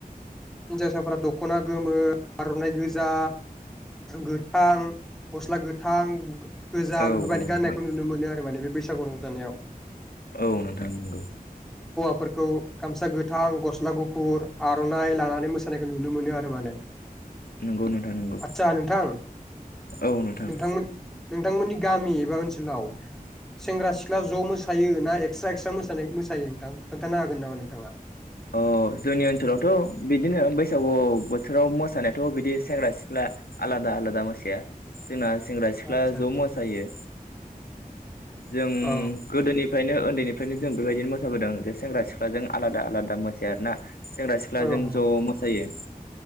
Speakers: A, in the centre; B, on the left.
A: हिनजावसाफोरा दख'ना गोमो आर'नाइ गोजा गोथां गस्ला गोथां गोजा
B: औ
A: बेफोरबायदि
B: नोंथां
A: गान्नायखौ नुनो मोनो आरो माने बे बैसागु रंजानायाव।
B: औ नोंथां नंगौ।
A: फोरखौ गामसा गोथां, गस्ला गुफुर, आर'नाइ लानानै मोसानायखौ नुनो मोनो आरो माने।
B: नंगौ नोंथां नंगौ
A: <inaudible> आदसा नोंथां
B: औ नोंथां
A: नोंथांमोन नोंथांमोननि गामि एबा ओनसोलाव सेंग्रा सिख्ला ज' मोसायो ना एक्सट्रा एक्सट्रा मोसानायखौ मोसायो नोंथां खोन्थानो हागोन नामा नोंथाङा?
B: औ। अ जोंनि ओनसोलावथ' बिदिनो बैसागु बोथोराव मोसानायाथ' बिदि सेंग्रा सिख्ला आलादा लादा आलादा मोसाया जोंना सेंग्रा सिख्ला
A: आतसा
B: ज'
A: आतसा
B: मोसायो जों
A: औ
B: गोदोनिफ्रायनो उन्दैनि फ्रायनो जों बेबायदिनो मोसाबोदों जे सेंग्रा सिख्लाजों आलादा आलादा मोसाया आरोना। सेंग्रा सिख्लाजों
A: औ औ
B: ज' मोसायो।